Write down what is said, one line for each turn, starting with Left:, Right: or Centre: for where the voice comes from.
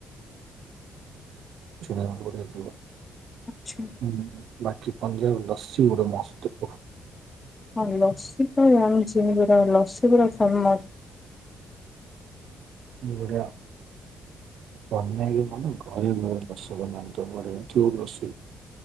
Right: ସେିବ <unintelligible>
Left: ଆଚ୍ଛା
Right: ହୁଁ ବାକି ପଞାବି ଲସି ଗୋଟେ ମସ୍ତ
Left: ହ ଲସି ତ ଜାଣିଛି ଲସି ଗୁଡା ଫେମସ୍
Right: ଏଟ ଲ ବନକ ମାନ <unintelligible> ଆାର ମ ବସ ବନ୍ତ ବ ୁ ବଷୀ